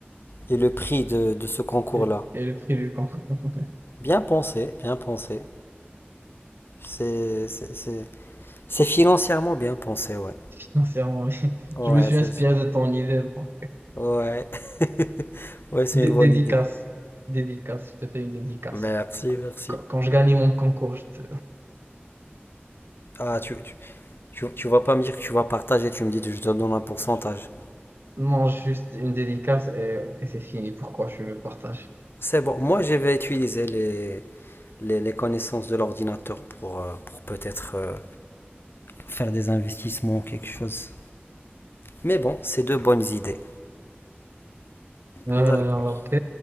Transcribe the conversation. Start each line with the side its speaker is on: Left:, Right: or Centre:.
Left: et le prix de, de ce concours-là.
Right: <laughs> et, et le prix du camp <laughs>
Left: Bien pensé, bien pensé. C'est c'est- c'est- c'est financièrement bien pensé, ouais.
Right: financièrement. oui.
Left: Ouais,
Right: Je me suis
Left: c'est
Right: inspiré
Left: sûr.
Right: de ton idée. bon.
Left: Ouais. <laughs> Ouais, c'est
Right: Dé-
Left: une bonne
Right: Dédicace,
Left: idée.
Right: dédicace, je te fais une dédicace.
Left: Merci, merci.
Right: Quand, quand je gagne mon concours, je te
Left: Ah, tu, tu, tu, tu vas pas me dire que tu vas partager, tu me dis que je te donne un pourcentage.
Right: mange juste une dédicace et, et c'est fini. Pourquoi je veux partager?
Left: C'est bon, moi je vais utiliser les, les, les connaissances de l'ordinateur pour, euh, pour peut-être euh, faire des investissements ou quelque chose. Mais bon, c'est deux bonnes idées.
Right: Euh,
Left: D'accord.
Right: ok.